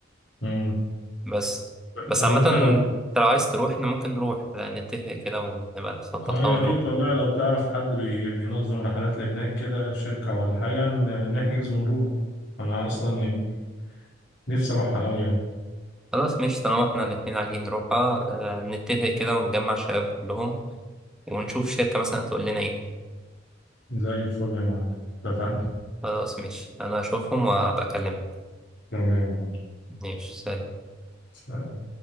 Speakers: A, on the left; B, in the centre.
A: مم.
B: بس بس
A: طب
B: عامه
A: انت
B: انت
A: لو
B: لو عايز تروح احنا ممكن نروح لا، نتفق كده ونبقى نخطط
A: اه
B: لها
A: يا
B: ونروح
A: ريت والله لو تعرف حد بي- بينظم رحلات لهناك كده شركة ولا حاجة ن- نحجز ونروح أنا أصلا يعني نفسي أروحها أوي يعني
B: خلاص ماشي طالما احنا الاتنين عايزين نروحها آه، نتفق كده ونجمع الشباب كلهم ونشوف الشركة مثلا هتقول لنا ايه
A: زي الفل يا معلم اتفقنا
B: خلاص ماشي انا هشوفهم وابقى اكلمك
A: تمام يا
B: ماشي سلام
A: معلم